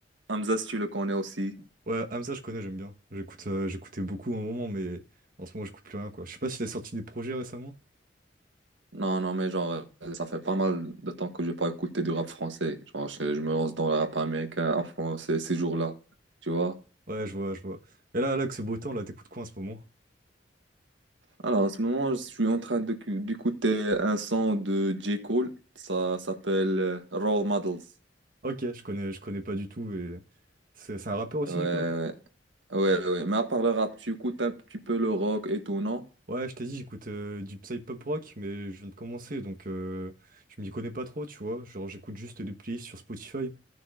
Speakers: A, on the right; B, on the right.
A: Hamza, si tu le connais aussi.
B: Ouais, Hamza, je connais, j'aime bien. J'écoute, euh, j'écoutais beaucoup à un moment, mais en ce moment j'écoute plus rien, quoi. Je sais pas s'il a sorti des projets récemment.
A: Non, non, mais genre, euh, ça fait pas mal de temps que je n'ai pas écouté du rap français. Genre, je, je me lance dans le rap américain en français ces jours-là, tu vois?
B: Ouais, je vois, je vois. Et là, là que c'est beau temps, là, t'écoutes quoi en ce moment?
A: Alors, en ce moment, je suis en train de- d'écouter un son de J. Cole. Ça s'appelle euh, Role Models.
B: Ok, je connais, je connais pas du tout et c'est c'est un rappeur aussi
A: Ouais, ouais.
B: du coup?
A: Ouais, ouais, mais à part le rap, tu écoutes un petit peu le rock et tout, non?
B: Ouais, je t'ai dit, j'écoute euh, du psy-pop rock, mais je viens de commencer, donc euh, je m'y connais pas trop, tu vois. Genre, j'écoute juste des playlists sur Spotify.